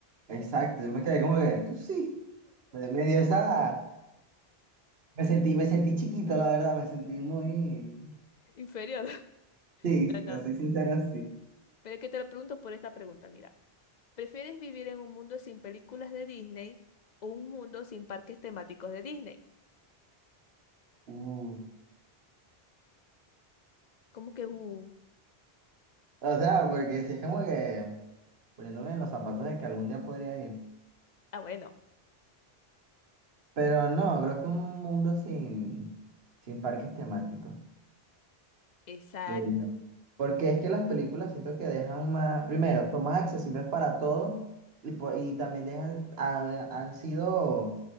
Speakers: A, on the right (about 75°); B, on the left (about 50°).
A: exacto, yo me quedé como que tú sí. Me, me dio esa. Me sentí, me sentí chiquito, la verdad, me sentí muy.
B: Inferior. <laughs>
A: Sí,
B: No, no.
A: te soy sincero, sí.
B: Pero es que te lo pregunto por esta pregunta, mira. ¿Prefieres vivir en un mundo sin películas de Disney o un mundo sin parques temáticos de Disney?
A: Uh,
B: Como que, uh,
A: O sea, porque si es como que poniéndome en los zapatos de que algún día podría ir.
B: ah, bueno,
A: Pero no, creo que un mundo sin, sin parques temáticos
B: exacto,
A: de Disney. Porque es que las películas siento que dejan más, primero, son más accesibles para todos y, por- y también dejan, ha- han sido